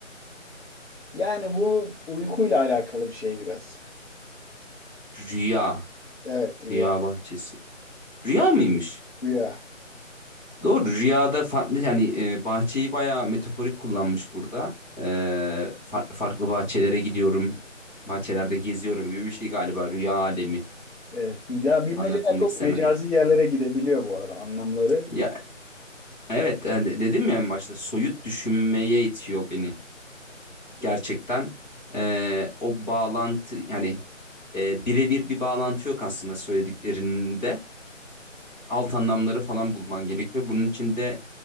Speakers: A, on the left; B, on the left.
A: Yani bu uykuyla alakalı bir şey biraz.
B: Rüya.
A: Evet rüya.
B: Rüya bahçesi. Rüya mıymış?
A: Rüya.
B: Doğru. Rüyada farklı yani e, bahçeyi bayağı metaforik kullanmış burada. E, farklı farklı bahçelere gidiyorum. Bahçelerde geziyorum gibi bir şey galiba. Rüya alemi.
A: Evet. Ya bilmeceler
B: anlatılmak
A: çok
B: istenen.
A: mecazi yerlere gidebiliyor bu arada anlamları.
B: Ya evet hani dedim ya en başta soyut düşünmeye itiyor beni gerçekten. Ee, o bağlantı yani e, birebir bir bağlantı yok aslında söylediklerinde. Alt anlamları falan bulman gerekiyor. Bunun için de